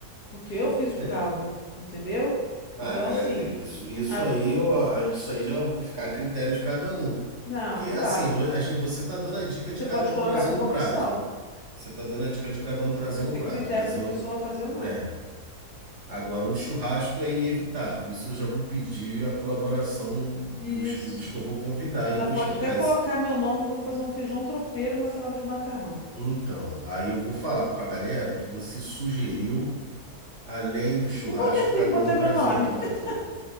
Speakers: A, on the left; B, on the right.
A: Porque eu fiz o caldo,
B: é.
A: entendeu?
B: Ah,
A: Então
B: é,
A: assim,
B: é isso. Isso
A: a-
B: aí eu, ah, isso aí já eu vou ficar a critério de cada um.
A: não,
B: Que
A: claro.
B: assim, vo- a gente, você tá dando a dica de
A: Você
B: cada
A: pode
B: um
A: colocar
B: trazer
A: como
B: um
A: opção.
B: prato. Você tá dando a dica de cada um trazer um
A: Fica
B: prato,
A: a critério
B: mas
A: se
B: eu.
A: a pessoa vai fazer ou não.
B: É. Agora, o churrasco é inevitável. Isso eu já vou pedir a colaboração
A: Isso.
B: dos, que- dos que eu vou convidar
A: Já
B: e vou
A: pode
B: explicar
A: até colocar
B: isso.
A: meu nome, que eu vou fazer um feijão tropeiro, uma salada de macarrão.
B: Então, aí eu vou falar pra galera que você sugeriu, além do churrasco,
A: E por que tu tem
B: cada
A: que botar
B: um
A: meu
B: trazer
A: nome?
B: um prato.
A: <laughs>